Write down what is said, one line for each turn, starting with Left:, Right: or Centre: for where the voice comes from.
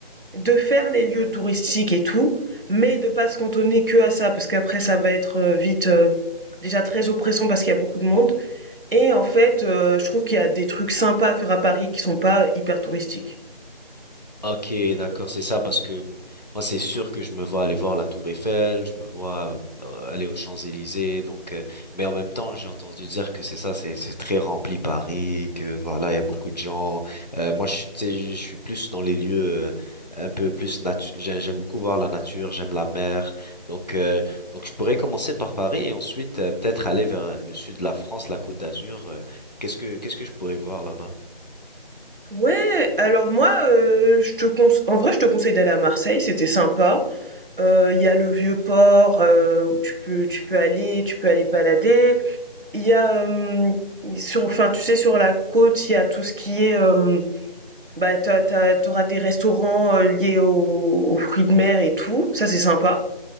Right: de faire les lieux touristiques et tout, mais de pas se cantonner que à ça, parce qu'après ça va être euh, vite euh, déjà très oppressant parce qu'il y a beaucoup de monde. Et en fait, euh, je trouve qu'il y a des trucs sympas à faire à Paris qui sont pas hyper touristiques.
Left: Ok, d'accord,
Right: Ouais.
Left: c'est ça, parce que moi, c'est sûr que je me vois aller voir la Tour Eiffel, je me vois euh, aller aux Champs-Élysées, donc, euh, mais en même temps, j'ai entendu dire que c'est ça, c'est c'est très rempli Paris, que voilà, il y a beaucoup de gens. Euh, moi, je, suis- tu sais, je suis plus dans les lieux euh, un peu plus nature. J'aime j'aime beaucoup voir la nature, j'aime la mer, donc euh, donc je pourrais commencer par Paris et ensuite euh, peut-être aller vers le sud de la France, la Côte d'Azur. euh, qu'est-ce que qu'est-ce que je pourrais voir là-bas?
Right: Ouais, alors moi, heu, je te conse en vrai, je te conseille d'aller à Marseille, c'était sympa. Heu, il y a le Vieux-Port, heu, où tu peux tu peux aller tu peux aller te balader. Il y a, hem, sur enfin, tu sais, sur la côte, il y a tout ce qui est, hem, bah, t'as, t'as, t'auras des restaurants, heu, liés aux aux fruits de mer et tout, ça c'est sympa.